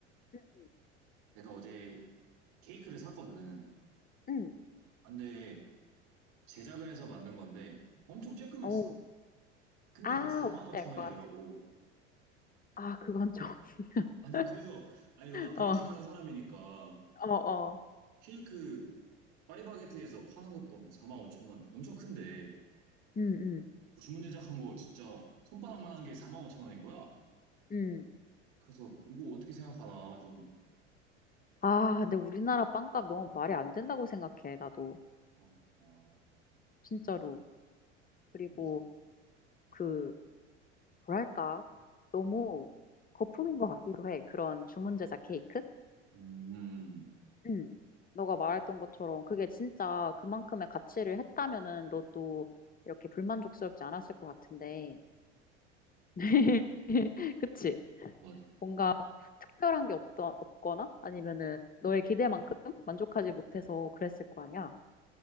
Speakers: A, on the left (about 25°); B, on the right (about 60°).
A: 응.
B: 내가 어제 케이크를 샀거든
A: 응.
B: 근데 제작을 해서 만든 건데 엄청 쬐끔했어
A: 응.
B: 근데
A: 아,
B: 그게 4만
A: 뭔지
B: 5천
A: 알것
B: 원이더라고
A: 같아. 아, 그건 좀. <laughs>
B: 아니 그래서 아니 너가 베이킹하는
A: 어,
B: 사람이니까
A: 어, 어.
B: 케이크 파리바게트에서 파는 것도 막 4만 5천 원 엄청 큰데
A: 음, 음,
B: 그 주문 제작한 거 진짜 손바닥만한 게 4만 5천 원인 거야
A: 음.
B: 그래서 이거 어떻게 생각하나 좀
A: 아, 근데 우리나라 빵값 너무 말이 안 된다고 생각해, 나도.
B: 어, 어,
A: 진짜로. 그리고
B: 이-
A: 그, 뭐랄까. 너무 거품인 것 같기도 해. 그런 주문 제작 케이크?
B: 음,
A: 응. 너가 말했던 것처럼 그게 진짜 그만큼의 가치를 했다면은 너도 이렇게 불만족스럽지 않았을 것 같은데. <laughs> 그치?
B: 맞아.
A: 뭔가 특별한 게 없더, 없거나 아니면은 너의 기대만큼 만족하지 못해서 그랬을 거 아니야.